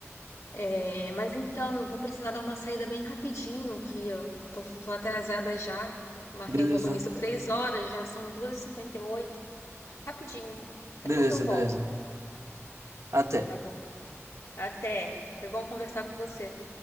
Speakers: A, on the left (about 70°); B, on the right (about 70°).
A: É, mas então eu vou precisar dar uma saída bem rapidinho, que eu tô, tô atrasada já. Marquei
B: Beleza,
A: um compromisso três horas, já são duas e cinquenta e oito Rapidinho. Daqui
B: beleza,
A: a pouco eu volto,
B: beleza. Até.
A: tá bom? Até. Foi bom conversar com você.